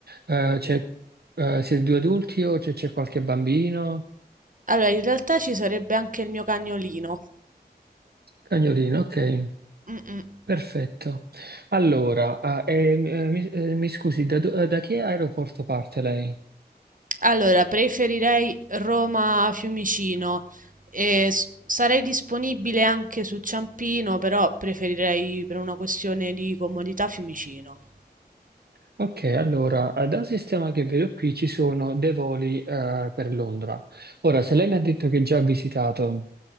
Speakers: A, on the right (about 70°); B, on the right (about 50°).
A: Eh, c'è- eh, siete due adulti o c'è c'è qualche bambino?
B: Allora, in realtà ci sarebbe anche il mio cagnolino.
A: Cagnolino, ok.
B: Mm, mm.
A: Perfetto. Allora, ah, eh, mi, eh, mi- eh, mi scusi, da, do- eh, da che aeroporto parte lei?
B: Allora, preferirei Roma-Fiumicino. E s- sarei disponibile anche su Ciampino, però preferirei per una questione di comodità Fiumicino.
A: Ok, allora, eh, dal sistema che vedo qui ci sono dei voli eh, per Londra. Ora, se lei mi ha detto che già ha visitato